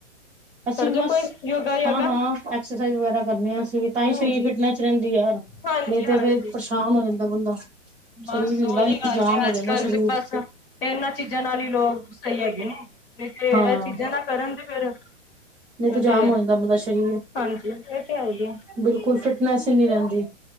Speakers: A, in the centre; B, on the left.
A: ਅਸੀਂ
B: ਕਰਦੇ
A: ਵੀ ਬਸ
B: ਕੋਈ ਯੋਗਾ ਯਾਗਾ
A: ਹਾਂ ਹਾਂ ਐਕਸਰਸਾਈਜ਼ ਵਗੈਰਾ ਕਰਨੀ ਆ ਅਸੀਂ ਵੀ ਤਾਂਹੀ
B: ਹਾਂਜੀ
A: ਸਰੀਰ ਫਿਟਨੈਸ ਰਹਿੰਦੀ ਯਾਰ
B: ਹਾਂਜੀ
A: ਨਹੀਂ ਤੇ
B: ਹਾਂਜੀ
A: ਫੇਰ ਪਰੇਸ਼ਾਨ ਹੋ ਜਾਂਦਾ ਬੰਦਾ
B: ਬਸ
A: ਸਰੀਰ ਹਿਲਦਾ
B: ਓਹੀ
A: ਨੀ
B: ਗੱਲ
A: ਜਾਮ
B: ਹੈ
A: ਹੋ
B: ਅੱਜ
A: ਜਾਂਦਾ
B: ਕੱਲ
A: ਸਰੀਰ।
B: ਤੇ ਬਸ ਇਹਨਾਂ ਚੀਜ਼ਾਂ ਨਾਲ ਹੀ ਲੋਕ ਸਹੀ ਹੈਗੇ ਨੇ ਨਹੀਂ ਤੇੇ
A: ਹਾਂ
B: ਇਹ ਚੀਜ਼ਾਂ ਨਾ ਕਰਨ ਤੇ ਫੇਰ ਏ
A: ਨਹੀਂ ਤੇ ਜਾਮ
B: ਤੇੇ ਹੈ
A: ਹੋ ਜਾਂਦਾ ਬੰਦਾ ਸਰੀਰ
B: ਹਾਂਜੀ ਏ ਤੇ ਹੈ ਹੀ ਐ
A: ਬਿਲਕੁਲ ਫਿਟਨੈਸ ਹੀ ਨੀ ਰਹਿੰਦੀ